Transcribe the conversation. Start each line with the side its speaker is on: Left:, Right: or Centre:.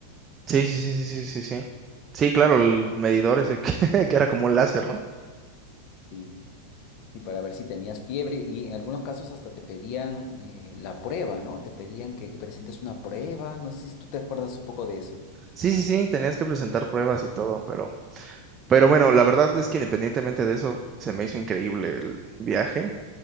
Right: Sí, sí, sí, sí, sí, sí, sí. Sí, claro, el medidor ese que, <laughs> que era como un láser, ¿no?
Left: Sí. Y para ver si tenías fiebre, y en algunos casos hasta te pedían eh, la prueba, ¿no? Te pedían que, que presentes una prueba, no sé si tú te acuerdas un poco de eso.
Right: Sí, sí, sí, tenías que presentar pruebas y todo, pero, pero bueno, la verdad es que independientemente de eso, se me hizo increíble el viaje.